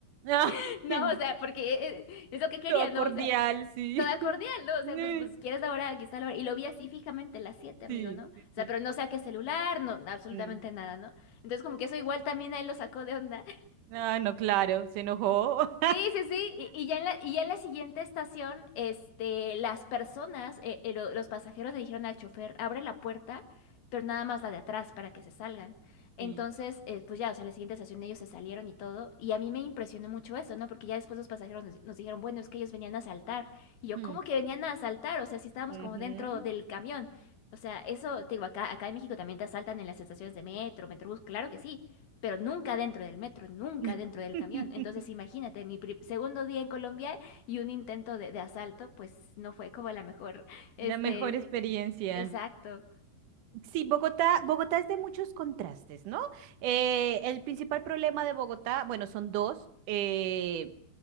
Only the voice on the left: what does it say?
<laughs>
¿no? O sea, porque eh, eh, es lo que quería,
¿no?
O sea,
toda cordial,
¿no? O
sea, pues, pues, ¿quieres la hora? Aquí está la hora. Y lo vi así fijamente, las siete, amigo,
¿no? O
sea,
pero no saqué celular, no, absolutamente
nada, ¿no? Entonces como que eso igual también a él lo sacó de onda.
Sí, sí, sí, y, y ya en la, y ya en la siguiente estación, este, las personas, eh, eh, lo- los pasajeros le dijeron al chofer, abre la puerta, pero nada más la de atrás para que se salgan. Entonces,
eh, pues ya, o sea, en la siguiente estación ellos se salieron y todo, y a mí me impresionó mucho eso, ¿no? Porque ya después los pasajeros nos, nos dijeron, bueno, es que ellos venían a asaltar. Y yo,
¿cómo que venían a asaltar? O sea, si estábamos
como dentro del camión. O sea, eso, te digo, acá, acá en México también te asaltan en las estaciones de metro, metrobús, claro que sí pero nunca dentro del metro, nunca
dentro del camión. Entonces, imagínate, mi pri- segundo día en Colombia y un intento de, de asalto, pues no fue como la mejor, <laughs> este,
exacto.